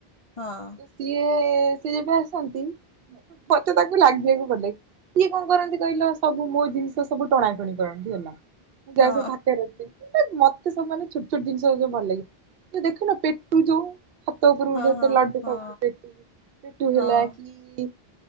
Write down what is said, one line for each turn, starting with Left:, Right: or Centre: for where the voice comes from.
Left: ହଁ।
Right: ତ ସିଏ ସିଏ ଯେବେ ଆସନ୍ତି, ମତେ ତାକୁ ଲାଗିବାକୁ ପଡେ। କିଏ କଣ କରନ୍ତି କହିଲ, ସବୁ ମୋ ଜିନିଷ ସବୁ ଟଣାଟଣି କରନ୍ତି ହେଲା, ମୁଁ ଯାହା
Left: ହଁ
Right: ସବୁ ଥାକରେ ରଖିଥିବି। ମତେ ସେମାନେ ଛୋଟ ଛୋଟ ଜିନିଷ ଭଲ ଲାଗେ, ଦେଖୁନ ପେଟୁ ଯୋଉ ହାତୋ ପୁର
Left: ହଁ
Right: ଦେ
Left: ହଁ
Right: ତ ଲାଡୁ
Left: ହଁ
Right: ଖାଉଦୁ ପେଟୁ ପେଟୁ ହେଲା
Left: ହଁ।
Right: କି।